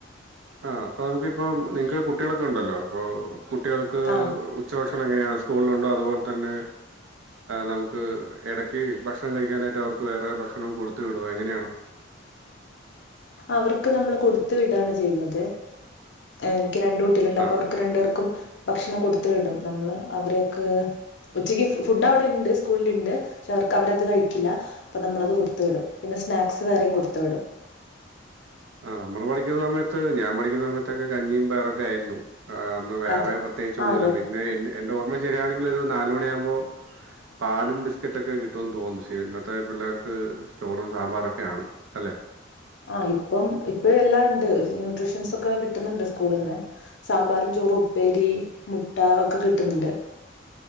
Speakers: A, on the right (about 75°); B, on the left (about 60°).
A: ആഹ് അപ്പൊ നമുക്ക് ഇപ്പോ നിങ്ങക്ക് കുട്ടികളൊക്കെ ഉണ്ടല്ലോ അപ്പൊ കുട്ടികൾ ക്ക്
B: ആഹ്
A: ഉച്ചഭക്ഷണം എങ്ങനെയാണ് സ്കൂളിലുണ്ടോ അതുപോലെ തന്നെ നമുക്ക് ഇടയ്ക്ക് ഭക്ഷണം കഴിക്കാനായിട്ട് അവർക്ക് വേറെ ഭക്ഷണം കൊടുത്തു വിടോ എങ്ങനെയാണ്
B: അവർക്ക് നമ്മള് കൊടുത്ത് വിടാണ് ചെയ്യുന്നത് എനിക്ക് രണ്ട് കുട്ടികളുണ്ട് അപ്പ
A: ആ
B: അവർക്ക് <unintelligible> രണ്ട് പേർക്കും ഭക്ഷണം കൊടുത്തു വിടും നമ്മള് അവര്ക്ക് ഉച്ചയ്ക്ക് ഫുഡ് അവിടെ ഇണ്ട് സ്കൂളിൽ ഇണ്ട് പക്ഷെ അവർക്ക് അവരത് കഴിക്കില്ല അപ്പൊ നമ്മളത് കൊടുത്തു വിടും പിന്നെ സ്നാക്സ് വേറെയും കൊടുത്തു വിടും
A: ആഹ് നമ്മള് പഠിക്കുന്ന സമയത്ത് ഞാൻ പഠിക്കുന്ന സമയത്തൊക്കെ കഞ്ഞിയും പയറൊക്കെ ആയിരുന്നു ആഹ് ഒന്ന് വേറെ
B: അതെ
A: പ്രത്യേകിച്ച്
B: ആ
A: ഒന്നുമില്ല
B: അതെ
A: പിന്നെ ഇന്റെ ഓർമ്മ ശരിയാണെങ്കിൽ ഒരു നാല് മണിയാകുമ്പോ പാലും ബിസ്ക്കറ്റൊക്കെ കിട്ടോന്ന് തോന്ന്ന്ന് പക്ഷേ ഇന്നത്തെ പിള്ളേർക്ക് ചോറ് സാമ്പാറൊക്കെയാണ് അല്ലേ
B: ആഹ് ഇപ്പം ഇപ്പോഴെല്ലാം ഉണ്ട് ന്യൂട്രിഷ്യൻസ് ഒക്കെ കിട്ടുന്നുണ്ട് സ്കൂളിന്ന് സാമ്പാറും ചോറും ഉപ്പേരി മുട്ട ഒക്കെ കിട്ടുന്നുണ്ട്